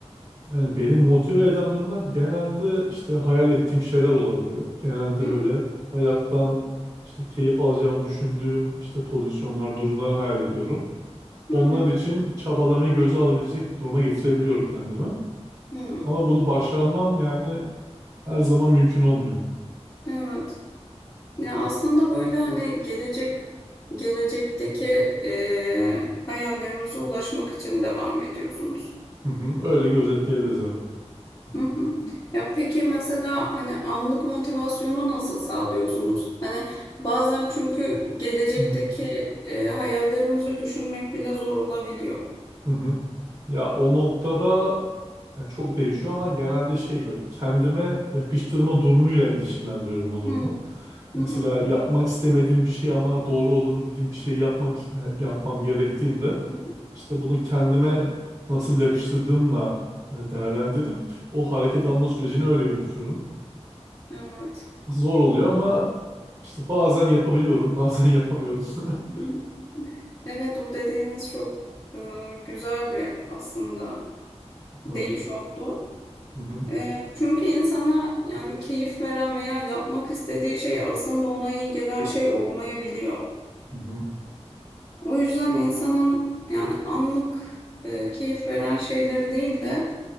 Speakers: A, on the right; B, on the left.
A: Yani beni motive eden durumlar genelde işte hayal ettiğim şeyler olabiliyor. Genelde
B: Hı
A: böyle
B: hı.
A: hayattan işte keyif alacağımı düşündüğüm işte pozisyonlar, durumları hayal ediyorum.
B: Hı
A: Onlar
B: hı.
A: için çabalamayı göze alabilecek duruma getirebiliyorum kendimi.
B: Hı.
A: Ama bunu başarmam yani her zaman mümkün olmuyor.
B: Evet. Ya aslında böyle hani gelecek gelecekteki eee hayallerinize ulaşmak için devam ediyorsunuz.
A: Hı hı, öyle özetleyebiliriz evet.
B: Hı hı. Ya peki mesela hani anlık motivasyonu nasıl sağlıyorsunuz? Hani bazen çünkü gelecekteki
A: Hı hı.
B: eee, hayallerimizi düşünmek bile zor olabiliyor.
A: hı hı. Ya o noktada Yani çok değişiyor ama genelde şey böyle kendime yakıştırma durumuyla ilişkilendiriyorum o durumu.
B: Hı
A: Mesela
B: hı.
A: yapmak istemediğim bir şey ama doğru olduğunu bildiğim bir şey yapmak yani yapmam gerektiğinde
B: hı hı.
A: işte bunu kendime nasıl yakıştırdığımla e, değerlendirip o hareket alma sürecini öyle yönetiyorum.
B: Evet.
A: Zor oluyor ama işte bazen yapabiliyorum, bazen yapamıyorum. <laughs>
B: Hı hı. Evet o dediğiniz çok eee, güzel bir aslında
A: Hı
B: değiş oldu.
A: hı
B: E, çünkü insana yani keyif veren veya yapmak istediği şey aslında ona iyi gelen şey olmayabiliyor.
A: hı hı.
B: O yüzden insanın yani anlık e, keyif veren şeyleri değil de